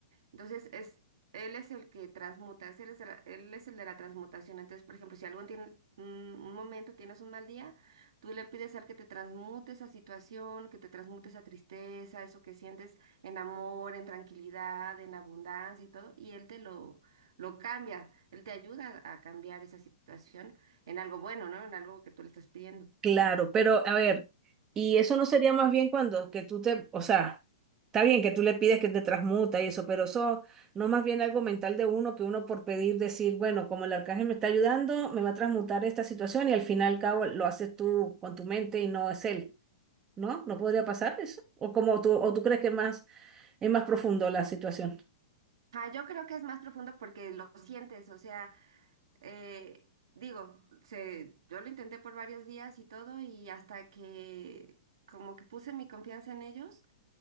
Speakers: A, on the right; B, on the right.
A: Entonces, es, él es el que transmuta, es- él es el, él es el de la transmutación. Entonces, por ejemplo, si algún tiene, un, un momento tienes un mal día, tú le pides al que te transmute esa situación, que te transmute esa tristeza, eso que sientes en amor, en tranquilidad, en abundancia y todo, y él te lo, lo cambia, él te ayuda a cambiar esa situación en algo bueno, ¿no? En algo que tú le estás pidiendo.
B: Claro, pero a ver, y eso no sería más bien cuando que tú te, o sea, está bien que tú le pides que te transmuta y eso, pero eso no más bien algo mental de uno que uno por pedir decir, bueno, como el arcángel me está ayudando, me va a transmutar esta situación y al final cabo lo haces tú con tu mente y no es él, ¿no? ¿No podría pasar eso? O como tú, o tú crees que más es más profundo la situación.
A: Ah, yo creo que es más profundo porque lo sientes, o sea... Eh, digo, se, yo lo intenté por varios días y todo, y hasta que como que puse mi confianza en ellos,